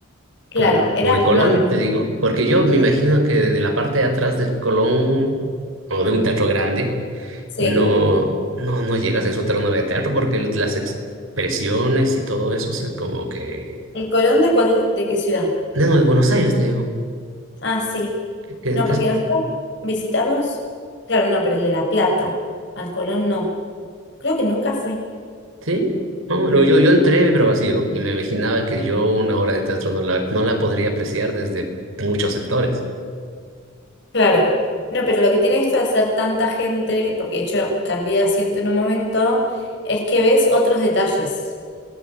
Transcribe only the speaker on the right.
como,
como el Colón,
te digo, porque yo me imagino que de la parte de atrás del Colón, o de un teatro grande,
y no, no, no llegas a disfrutar una obra de teatro porque las expresiones y todo eso se como que
No, de Buenos Aires te digo.
Que,
que
es-
¿Sí? No, no, yo, yo entré
pero vacío y me imaginaba que yo una obra de teatro no la, no la podría apreciar desde muchos sectores.